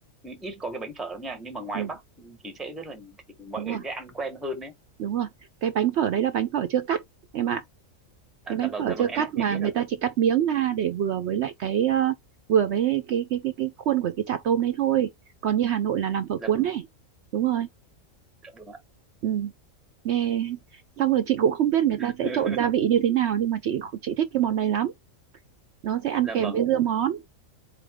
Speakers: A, in the centre; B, on the right.
A: ít có cái bánh phở lắm nha nhưng mà ngoài
B: ừ,
A: Bắc thì sẽ rất là thì mọi
B: đúng
A: người
B: rồi
A: sẽ ăn quen hơn đấy
B: đúng rồi cái bánh phở đấy là bánh phở chưa cắt em ạ
A: à,
B: cái bánh
A: dạ vâng
B: phở
A: dạ vâng
B: chưa
A: em
B: cắt mà
A: em biết
B: người
A: rồi
B: ta chỉ cắt miếng ra để vừa với lại cái ờ, vừa với cái cái cái cái khuôn của cái chả tôm đấy thôi còn như Hà Nội là làm phở cuốn
A: dạ vâng
B: này đúng rồi
A: dạ vâng
B: ừ. nghe xong rồi chị cũng không biết người
A: <laughs>
B: ta sẽ trộn gia vị như thế nào nhưng mà chị chị thích cái món này lắm nó sẽ ăn
A: dạ
B: kèm
A: vâng
B: với dưa món